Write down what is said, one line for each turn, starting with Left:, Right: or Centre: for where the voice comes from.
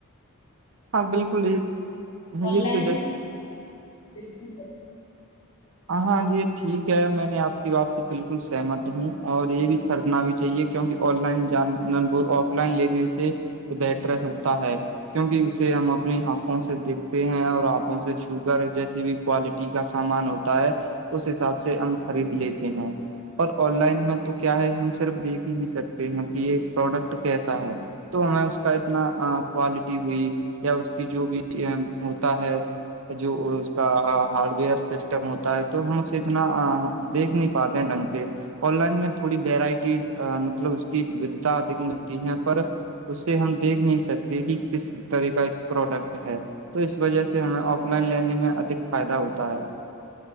Right: ہاں بالکل یہ
Left: آن
Right: یہ
Left: لائن
Right: تو جس
Left: سسٹم
Right: ہاں ہاں یہ ٹھیک ہے میں نے آپ کی بات سے بالکل سہمت ہوں اور یہ بھی کرنا بھی چاہیے کیونکہ آن لائن جان آف لائن لینے سے بہتر ہوتا ہے کیونکہ اسے ہم اپنی ہنکھوں سے دیکھتے ہیں اور ہاتھوں سے چوگر جیسی بھی کوالٹی کا سامان ہوتا اس حساب سے ہم خرید لیتے ہیں اور آن لائن میں تو کیا ہے ہم صرف دیکھ ہی سکتے ہیں کہ یہ پروڈکٹ کیسا ہے تو ہمیں اس کا اتنا کوالٹی ہوئی یا اس کی جو بھی ہوتا ہے جو اس کا ہارڈ ویئر سسٹم ہوتا ہے تو ہم اسے اتنا دیکھ نہیں پاتے ہیں ڈھنگ سے آن لائن میں تھوڑی ویرائٹیز مطلب اس کیھتا ادھک ملتی ہے پر اسے ہم دیکھ نہیں سکتے کہ کس طرح کا ایک پروڈکٹ ہے تو اس وجہ سے ہمیں آف لائن لینے میں ادھک فائدہ ہوتا ہے